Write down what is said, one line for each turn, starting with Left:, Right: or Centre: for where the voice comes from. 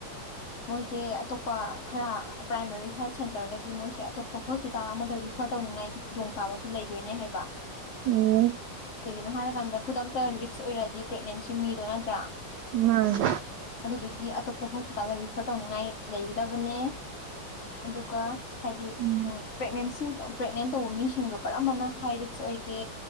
Left: ꯃꯣꯏꯖꯦ ꯑꯇꯣꯞꯄ ꯈꯔ ꯄ꯭ꯔꯥꯏꯃꯥꯔꯤ ꯍꯦꯜ ꯁꯦꯟꯇꯔꯗꯒꯤ ꯃꯣꯏꯁꯦ ꯑꯇꯣꯞꯄ ꯍꯣꯁꯄꯤꯇꯥꯜ ꯑꯃꯗ ꯔꯤ ꯔꯤꯐꯔ ꯇꯧꯅꯤꯡꯉꯥꯏꯒꯤ ꯈꯨꯗꯣꯡꯆꯥꯥꯕꯁꯨ ꯂꯩꯗꯣꯏꯅꯦ ꯍꯥꯏꯕ
Right: INAUDIBLE
Left: ꯀꯔꯤꯒꯤꯅꯣ ꯍꯥꯌꯔꯀꯥꯟꯗ ꯈꯨꯗꯛꯇ ꯔꯤꯛꯁ ꯑꯣꯏꯔꯗꯤ ꯄ꯭ꯔꯦꯒꯅꯦꯟꯁꯤ ꯃꯤꯗꯣ ꯅꯠꯇ꯭ꯔꯥ
Right: ꯃꯥꯅꯦ
Left: ꯑꯗꯨꯗꯨꯒꯤ ꯑꯇꯣꯞ UNINTELLIGIBLE ꯔꯤꯐꯔ ꯇꯧꯅꯤꯡꯉꯥꯏ ꯂꯩꯒꯗꯕꯅꯦ ꯑꯗꯨꯒꯥ ꯍꯥꯏꯗꯤ
Right: ꯎꯝ
Left: ꯄ꯭ꯔꯦꯒꯅꯦꯟꯁꯤ ꯄ꯭ꯔꯦꯒꯅꯦꯟ ꯇꯧꯕ ꯃꯤꯁꯤꯡꯗꯣ ꯀꯔꯝꯕꯅ ꯍꯥꯏꯔꯤꯛꯁ ꯑꯣꯏꯒꯦ